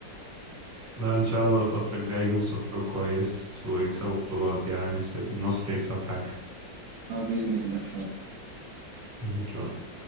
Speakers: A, on the right (about 15°); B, on the right (about 80°).
A: لا ان شاء الله الفتره الجايه يجيبوا صفقه كويس ويكسبوا بطولات يعني نفسي النصر يكسب حاجه
B: اه بإذن الله إن شاء الله
A: ان شاء الله